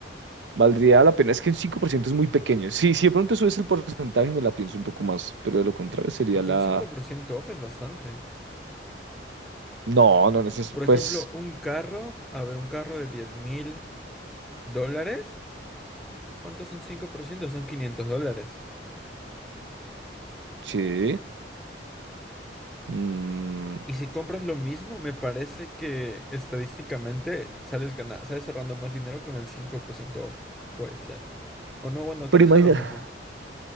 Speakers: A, on the right (about 85°); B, in the centre.
A: Valdría la pena, es que un ciento es muy pequeño. Sí, si de pronto subes el porcentaje, me la pienso un poco más, pero de lo contrario sería
B: Porque
A: la...
B: un cinco por ciento off es bastante.
A: No, no, no sé,
B: Por ejemplo,
A: pues
B: un carro, a ver, un carro de diez mil dólares, ¿cuánto son ciento Son 500 dólares.
A: sí. mm,
B: Y si compras lo mismo, me parece que estadísticamente sales gana- sales ahorrando más dinero con el 5% off. Puede ser. O no, bueno,
A: Pero
B: tal vez
A: imagina,
B: sea lo mismo.